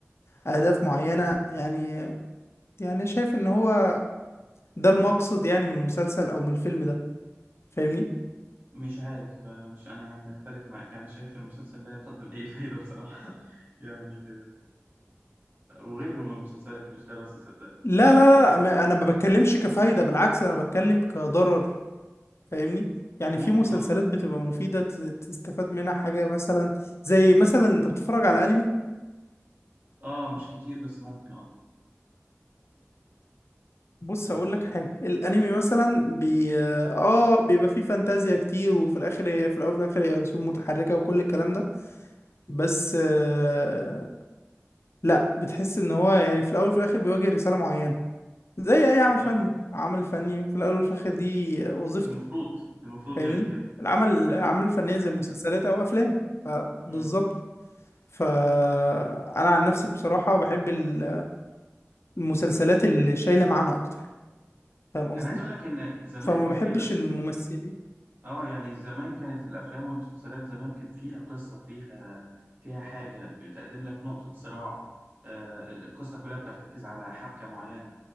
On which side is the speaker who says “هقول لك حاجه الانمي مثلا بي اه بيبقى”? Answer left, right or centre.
Left